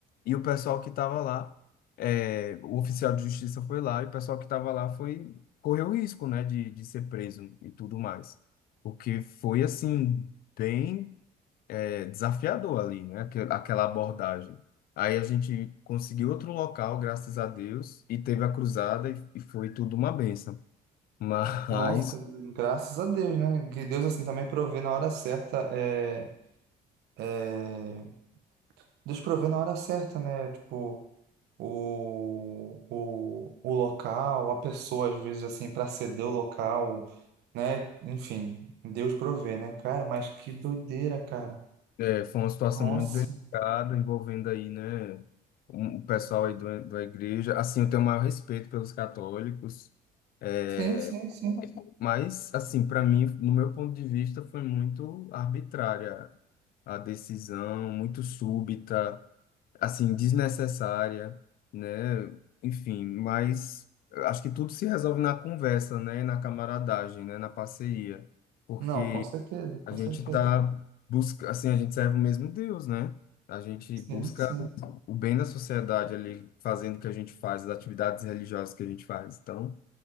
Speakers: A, on the left; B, on the right.
A: e o pessoal que estava lá, é, o oficial de justiça foi lá, e o pessoal que estava lá foi, correu o risco, né, de, de ser preso e tudo mais. Porque foi assim bem é, desafiador ali, né? aque- Aquela abordagem. Aí a gente conseguiu outro local, graças a Deus, e teve a cruzada e, e foi tudo uma benção. Mas
B: Nossa, graças a Deus, né? Que Deus assim também provê na hora certa. É, é... Deus provê na hora certa, né? Tipo, o, o, o local, a pessoa, às vezes, assim, para ceder o local, né? Enfim, Deus provê, né? Cara, mas que doideira, cara.
A: é, foi uma situação
B: Nossa.
A: muito delicada, envolvendo aí, né, um- o pessoal aí do, da igreja. Assim, eu tenho o maior respeito pelos católicos, é,
B: Sim, sim, sim.
A: mas, assim, para mim, no meu ponto de vista, foi muito arbitrária a decisão, muito súbita. assim, desnecessária, né? Enfim, mas eu acho que tudo se resolve na conversa, né? Na camaradagem, né? Na parceria, porque
B: Não, com certeza,
A: a
B: com
A: gente
B: certeza.
A: tá busca, assim, a gente serve o mesmo Deus, né? A gente
B: Sim,
A: busca
B: sim.
A: o bem da sociedade ali, fazendo o que a gente faz, as atividades religiosas que a gente faz. Então,